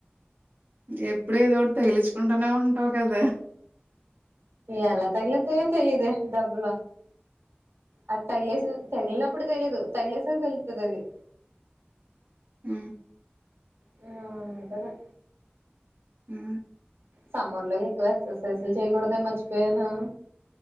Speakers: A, on the right (about 55°); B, on the right (about 75°).
A: ఎప్పుడు ఏదోటి తగిలిచుకుంటానే ఉంటావు కదా
B: ఎలా తగిలేతయో తెలిదు దబ్బల అది తగిలేసిన తగిలినప్పుడు తెలీయదు తగిలేసకు తెలుతది అది
A: ఆ
B: నానుంటలే
A: ఆ!
B: సమ్మర్ లో ఎక్కువ ఎక్సర్సైజ్లు చేయకూడదే మర్చిపోయాను